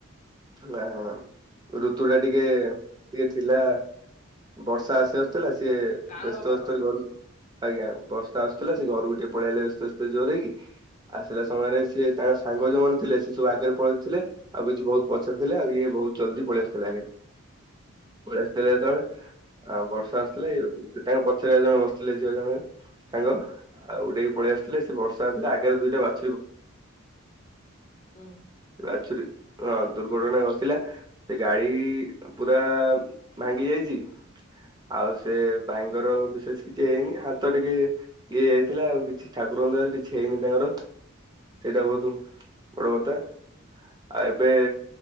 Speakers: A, on the right; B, on the left.
A: ହେଲା ଋତୁ ଟା ଟିକେ ଟିକେ ଥିଲା ବର୍ଷା ଆସିବାର ଥିଲା। ସିଏ
B: କାଁଳ
A: ବ୍ୟସ୍ତ
B: ପାଗ
A: ବ୍ୟସ୍ତରେ ଘରକୁ ଆଜ୍ଞା ବସ୍ତା ଆସୁଥିଲା ସେ ଘରକୁ ଟିକେ ପଳେଇ ଆ ଇଲେ ବ୍ୟସ୍ତ ବ୍ୟସ୍ତ ଜୋରରେ ହେଇକି ଆ ଥିଲା ସମୟରେ ସିଏ ତାଙ୍କ ସାଙ୍ଗ ଯୋଉମାନେ ଥିଲେ ସେ ସବୁ ଆଗରେ ପଳେଇଥିଲେ। ଆଉ କିଛି ବହୁତ ପଛରେ ଥିଲେ। ଆଉ ଇଏ ବହୁତ ଜଲଦି ପଳେଇ ଆସିଥିଲେ ଆଗରେ। ପଳେଇ ଆସିଥିଲେ ଯେତେବେଳେ ଆଉ ବର୍ଷା ଆସିଥିଲେ ତାଙ୍କ ପଛରେ ଆଉ ଜଣେ ବସିଥିଲେ ଝିଅ ଜଣେ ଆଉ ସାଙ୍ଗ। ଉଡେଇକି ପଳେଇ ଆସିଥିଲେ ସେ ବର୍ଷା ଆସିଥିଲେ। ଆଗରେ ଦୁଇଟା ବାସି <unintelligible>
B: ହୁଁ
A: ବାଛୁରୀ ହଁ ଦୁର୍ଘଟଣା ଘସିଲା ସେ ଗାଡି ପୁରା ଭାଙ୍ଗି ଯାଇଛି ଆଉ ସେ ଭାଇଙ୍କର ବିଶେଷ କିଛି ହେଇନି ହାତ ଟିକେ ଇଏ ଯାଇଥିଲା ଆଉ କିଛି ଠାକୁରଙ୍କ ଦୟାରୁ ଆଉ କିଛି ହେଇନି ତାଙ୍କର। ସେଇଟା ବହୁତ ବଡ କଥା, ଆଉ ଏବେ